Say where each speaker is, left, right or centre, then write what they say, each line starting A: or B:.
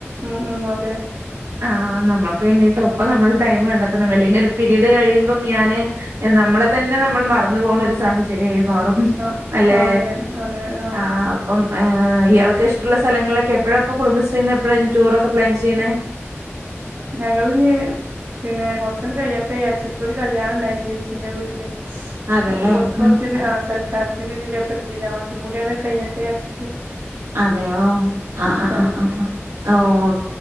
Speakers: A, on the right; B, on the right.
A: ഉം ഉം അതെ
B: ആ നമ്മ വേണ്ടിട്ട് ഒപ്പം നമ്മൾ ടൈം കണ്ടെത്തണം അല്ലെങ്കിൽ ഒരു പീരീഡ് കഴിയുമ്പംഞാന് നമ്മളെ തന്നെ നമ്മൾ മറന്നു പോകണ ഒരു സാഹചര്യയാ മാറും
A: ആഹ്
B: അല്ലേ
A: ആഹ് അതെ അതെ ആഹ്
B: ആ അപ്പം ആ ഇയാ ക്ക് ഇഷ്ടമുള്ള സ്ഥലങ്ങളിലൊക്കെ എപ്പോഴാപ്പോ കുടുംബശ്രീയിൽ നിന്ന് എപ്പഴാണ് ഇനി ടൂർക്കെ പ്ലാൻ ചെയ്യണേ?
A: ഞങ്ങള് ഇനി പിന്നെ കൊറച്ച് നേരം കയ്യേട്ടന്ന് വിചാരിച്ച്. ഇപ്പൊ ഒരു കല്യാണം ഉണ്ടായി ചേച്ചിന്റെ വീട്ടില്.
B: അതെല്ലേ
A: അപ്പൊ ഓൾക്ക് കുറച്ചി
B: ഉം
A: കത്തിന്റെ ഇതിന്റെ ഒക്കെ ഇതില്ല ഒതും കൂടയാണ് കൈയ്യട്ടെന്ന് വിചാരിച്ചിട്ട്
B: അതെയോ ആ
A: നിക്കാണ്
B: ആ ആ ആ ഓ ഓ